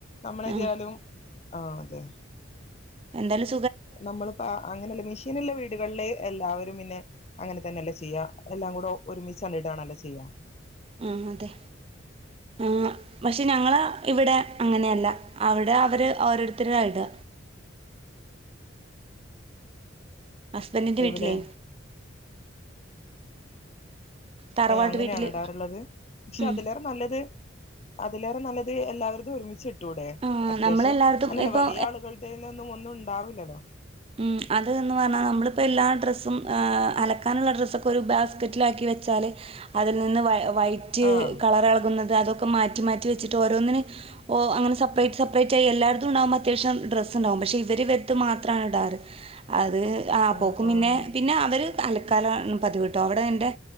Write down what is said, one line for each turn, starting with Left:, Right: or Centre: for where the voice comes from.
Left: നമ്മളെതിയാലും
Right: ആഹ്
Left: ആ അതെ
Right: എന്തായ
Left: നമ്മളിപ്പോ അ അങ്ങനല്ല മെഷീനുള്ള വീടുകളില് എല്ലാവരും പിന്നെ അങ്ങനെ തന്നെ എല്ലാ ചെയ്യ, എല്ലാം കൂടെ ഒരുമിച്ചല്ലേ ഇടാണല്ല ചെയ്യാ.
Right: ആ അതെ ആ പക്ഷെ ഞങ്ങള് ഇവിടെ അങ്ങനെയല്ല അവിടെ അവര് ഓരോരുത്തര ഇടുക ഹസ്ബൻറിന്റെ
Left: എവിടെ
Right: വീട്ടിലേ തറവാട്ട്
Left: ഏ അങ്ങനെയാണൊ
Right: വീട്ടില്
Left: ഇടാറുള്ളത് പക്ഷെ
Right: ഉം
Left: അതിലേറെ നല്ലത് അതിലേറെ നല്ലത് എല്ലാവരതു ഒരുമിച്ചി ട്ടൂടേഅത്യാവശ്യം
Right: ആഹ് നമ്മളെല്ലായിടത്തും
Left: അങ്ങല്ല
Right: ഇപ്പൊ
Left: വലിയ ആളുകളുടെ ഒന്നും ഉണ്ടാവില്ലല്ലോ
Right: ഉ അതന്ന് പറഞ്ഞാൽ നമ്മളിപ്പോ എല്ലാ ഡ്രസ്സു അലക്കാനുള്ള ഡ്രസ്സൊക്കെ ഒരു ബാസ്ക്കറ്റിലാക്കി വെച്ചാല് അതിൽ നിന്ന് വൈറ്റ്
Left: ആഹ്
Right: കളർളകുന്നത് അതൊ മാറ്റി മാറ്റി വെച്ചട്ട് ഓരോന്നിന ഓ അങ്ങനെ സെപ്പറേറ്റ് സെപ്പറേറ്റ് എല്ലായിടത്തും അത്യാവ്യ ഡ്രസ്സ്ണ്ടാകും പക്ഷെവ വർത്ത് മാത്ര ആറ് അത് അത് ആ
Left: ആഹ്
Right: പോക്കും
Left: ആഹ്
Right: പിന്നെ പിന്നെ അവര് അലക്കാല പതി കിട്ടു അവിടെ എൻ്റെ